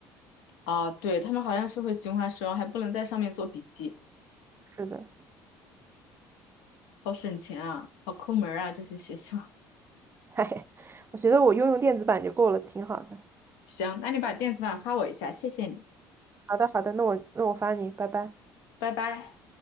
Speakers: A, on the left (about 80°); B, on the right (about 25°).
A: 啊，对，他们好像是会循环使用，还不能在上面做笔记，
B: 是的，
A: 好省钱啊，好抠门儿啊，这些学校。
B: <laughs> 嘿，我觉得我用用电子版就够了，挺好的。
A: <laughs> 行，那你把电子版发我一下，谢谢你，
B: 好的，好的，那我那我发你，拜拜。
A: 拜拜。